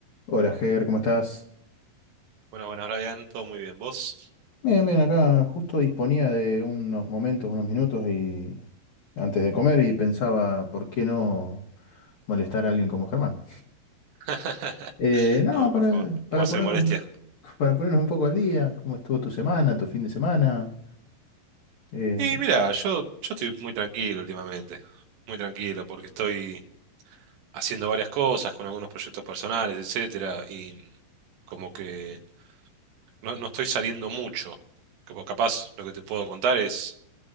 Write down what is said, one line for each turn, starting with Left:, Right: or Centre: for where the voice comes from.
Left: Hola, Ger, ¿cómo estás?
Right: Bueno, bueno, Brian, todo muy bien. ¿Vos?
Left: Bien, bien, acá justo disponía de unos momentos, unos minutos y antes de comer y pensaba, ¿por qué no molestar a alguien como Germán?
Right: <laughs>
Left: Eh, no,
Right: No,
Left: para,
Right: por favor,
Left: para
Right: no va a ser
Left: ponernos,
Right: molestia.
Left: un- para ponernos un poco al día, ¿cómo estuvo tu semana, tu fin de semana? Eh,
Right: Y mira, yo, yo estoy muy tranquilo últimamente. Muy tranquilo, porque estoy haciendo varias cosas con algunos proyectos personales, etcétera, y como que no, no estoy saliendo mucho. Como capaz lo que te puedo contar es.